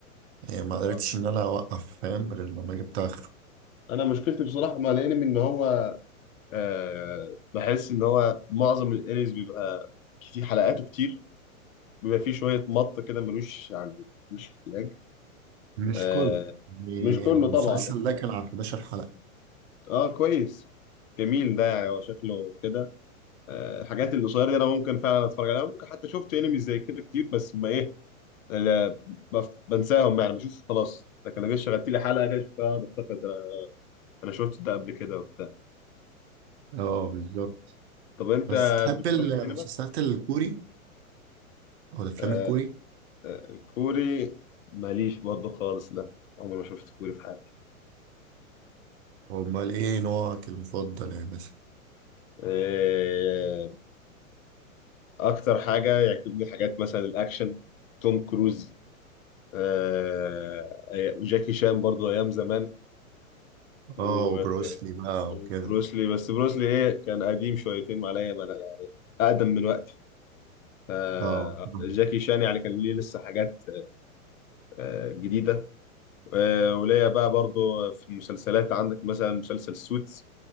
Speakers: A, on the right; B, on the left.
A: يعني ما قدرتش
B: اه
A: ان انا اوقف فاهم غير لما جبت اخره
B: انا مشكلتي بصراحه مع الانمي ان هو آه بحس ان هو معظم الانميز بيبقى كتير حلقاته كتير بيبقى فيه شويه مط كده ملوش يعني مش احتياج
A: مش
B: آه
A: كله يعني
B: مش كله
A: المسلسل
B: طبعا اكيد
A: ده كان على 11 حلقة
B: اه كويس جميل ده يعني هو شكله كده آه الحاجات القصيره دي انا ممكن فعلا اتفرج عليها ممكن حتى شفت انمي زي كده كتير بس ما ايه لا بف- بنساهم يعني بشوف خلاص لكن لو جيت شغلت لي حلقه كده بقعد افتكر ده انا شفت ده قبل كده وبتاع
A: اه بالظبط
B: طب انت
A: بس تحب
B: بتروح
A: المسلسلات
B: السينما
A: الكوري او الافلام
B: آه
A: الكوري
B: الكوري ماليش برضه خالص لا عمري ما شفت كوري في حياتي
A: امال ايه نوعك المفضل يعني مثلا
B: آه اكتر حاجه يعجبني حاجات مثلا الاكشن توم كروز آه وجاكي شان برضه ايام زمان و
A: اه وبروسلي بقى
B: وبروسلي
A: وكده
B: بس بروسلي ايه كان قديم شويتين معايا يعني اقدم من وقتي آه،
A: اه مم.
B: جاكي شان يعني كان ليه لسه حاجات آه، جديدة آه، وليا بقى برضو في المسلسلات عندك مثلا مسلسل سوتس